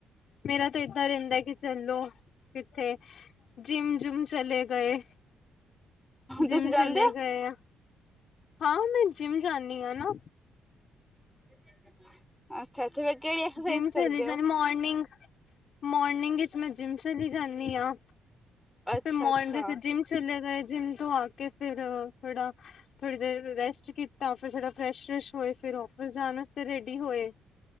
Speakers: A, on the left (about 60°); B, in the centre.
A: ਮੇਰਾ ਤਾਂ ਏਦਾਂ ਰਹਿੰਦਾ ਕਿ ਚਲੋ ਕਿੱਥੇ। ਜਿਮ ਜੁਮ ਚਲੇ ਗਏ ਜਿਮ
B: ਤੁਸੀਂ ਜਾਂਦੇ
A: ਚਲੇ
B: ਹੋ
A: ਗਏ। ਹਾਂ ਮੈਂ ਜਿਮ ਜਾਂਦੀ ਹਾਂ ਨਾ।
B: ਅੱਛਾ ਅੱਛਾ ਫੇਰ ਕਿਹੜੀ ਐਕਸਰਸਾਈਜ਼
A: ਜਿੰਮ ਚਲੀ
B: ਕਰਦੇ
A: ਜਾਂਦੀ
B: ਹੋ?
A: ਮੋਰਨਿੰਗ। ਮੋਰਨਿੰਗ ਵਿਚ ਮੈਂ ਜਿੰਮ ਚਲੀ ਜਾਂਦੀ ਹਾਂ।
B: ਅੱਛਾ
A: ਫੇਰ ਮੋਰਨਿੰਗ
B: ਅੱਛਾ
A: ਜਿੰਮ। ਚੱਲੇ ਗੇ ਜਿੰਮ ਤੋਂ ਆ ਕੇ ਫ਼ੇਰ ਥੋੜਾ ਥੋੜੀ ਦੇਰ ਰੈਸਟ ਕੀਤਾ ਫਿਰ ਥੋੜਾ। ਫਰੈਸ਼ ਫਰੈਸ਼ ਹੋਏ ਫੇਰ ਔਫਿਸ ਜਾਣ ਵਾਸਤੇ ਰੈਡੀ ਹੋਏ।